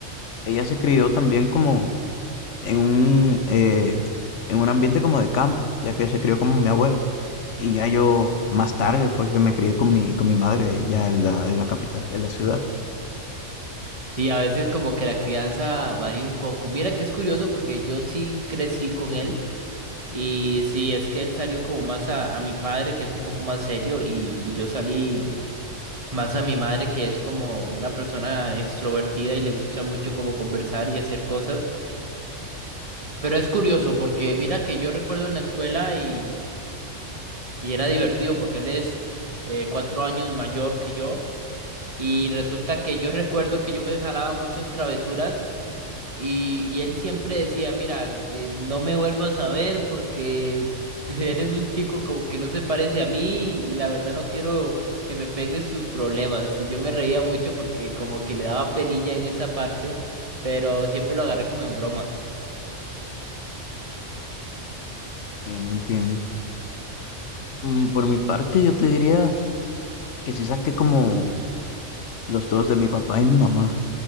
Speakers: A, on the left; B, on the right.
A: ella se crió también como en un, eh, en un ambiente como de campo, ya que se crió con mi abuela. Y ya yo, más tarde fue que me crié con mi, con mi madre ya en la, en la capital, en la ciudad.
B: Sí, a veces como que la crianza varía un poco. Mira que es curioso porque yo sí crecí con él y sí, es que él salió como más a, a mi padre, que es un poco más serio, y, y yo salí más a mi madre, que es como una persona extrovertida y le gusta mucho como conversar y hacer cosas. Pero es curioso porque mira que yo recuerdo en la escuela y, y era divertido porque él es eh, cuatro años mayor que yo y resulta que yo <laughs> recuerdo que yo me jalaba muchas travesuras y, y él siempre decía, mira, eh, no me vuelvas a ver porque <laughs> eres un chico como que no se parece a mí y la verdad no quiero que me pegues sus problemas. Y yo me reía mucho porque como que le daba penilla en esa parte, pero siempre lo agarré como en broma.
A: Entiendo, entiendo. Mm, Por mi parte, yo te diría que sí saqué como los dos de mi papá y mi mamá.